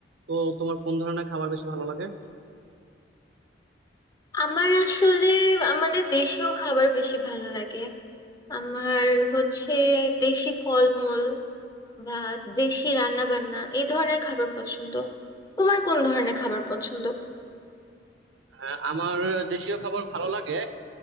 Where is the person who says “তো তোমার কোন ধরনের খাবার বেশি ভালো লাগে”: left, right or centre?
Right